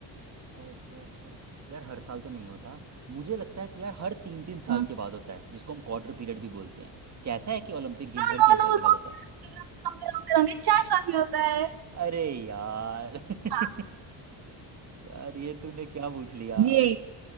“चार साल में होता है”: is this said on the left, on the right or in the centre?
Right